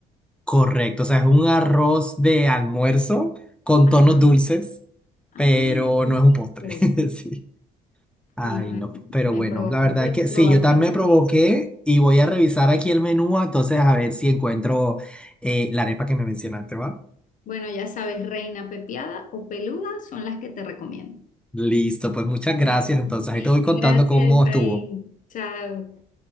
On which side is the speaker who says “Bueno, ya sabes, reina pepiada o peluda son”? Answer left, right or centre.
Left